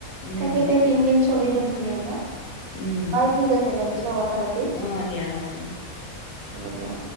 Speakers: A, on the left; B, on the right.
A: উম
B: তাকে এতিয়া তিনদিন চলিলো ধুনীয়াকে
A: উম
B: বাৰু ঠিক আছে দিয়া পিছত কথা পাতিম
A: অ দিয়া হ'ব দিয়া
B: হ'ব দিয়া